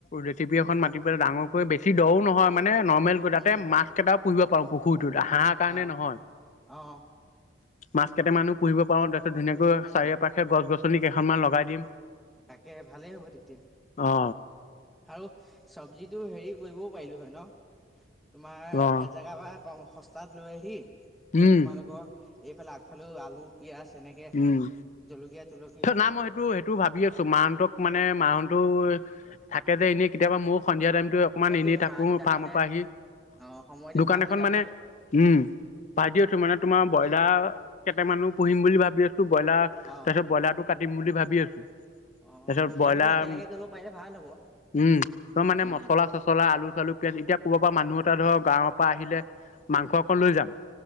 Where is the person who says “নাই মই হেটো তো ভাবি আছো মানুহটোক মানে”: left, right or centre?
Left